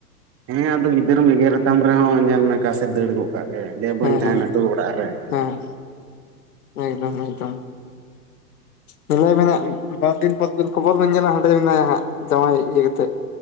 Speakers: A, on the right (about 30°); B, on the left (about 65°).
A: ᱦᱮᱸ ᱟᱫᱚ ᱜᱤᱫᱟᱹᱨᱢ ᱮᱜᱮᱨᱮᱛᱟᱢ ᱨᱮ ᱦᱚᱸ ᱧᱮᱞ ᱢᱮ ᱚᱠᱟᱥᱮᱫ ᱫᱟᱹᱲ ᱜᱚᱫ ᱠᱟᱜ ᱜᱮ ᱞᱟᱹᱭᱟᱭ ᱵᱟᱹᱧ
B: ᱦᱮᱸ
A: ᱛᱟᱦᱮᱱᱟ
B: ᱦᱮᱸ
A: ᱫᱳ ᱚᱲᱟᱜ ᱨᱮ᱾
B: ᱦᱮᱸ ᱮᱠᱫᱚᱢ ᱮᱠᱫᱚᱢ᱾ ᱧᱮᱞᱚᱜ ᱟᱵᱮᱱ ᱦᱟᱸᱜ ᱵᱟᱨ ᱫᱤᱱ ᱯᱚᱨ ᱯᱚᱨ ᱠᱷᱚᱵᱚᱨ ᱵᱮᱱ ᱧᱮᱞᱟ ᱦᱟᱸᱜ ᱦᱟᱸᱰᱮ ᱢᱮᱱᱟᱭᱟ ᱦᱟᱸᱜ ᱡᱟᱶᱟᱭ ᱤᱭᱟᱹ ᱠᱟᱛᱮᱫ ᱾